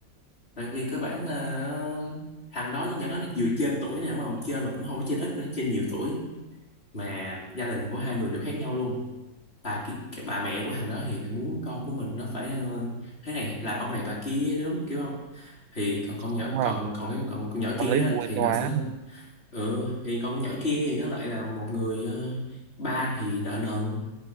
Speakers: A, on the left (about 30°); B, on the right (about 75°).
A: tại vì cơ bản là ờ, thằng đó với nhỏ đó là vừa trên tuổi này mà trên mà cũng không có trên ít nữa trên nhiều tuổi mà gia đình của hai người đều khác nhau luôn bà ki- cái bà mẹ của thằng đó thì là muốn con của mình nó phải ờ, thế này làm ông này bà kia đúng kiểu không thì còn con nhỏ
B: đúng
A: còn
B: rồi
A: còn cái còn con nhỏ
B: tâm
A: kia
B: lý
A: á,
B: phụ huynh
A: thì
B: hóa
A: nó sẽ
B: mà
A: ừ thì con nhỏ kia thì nó lại là một người ờ, ba thì nợ nần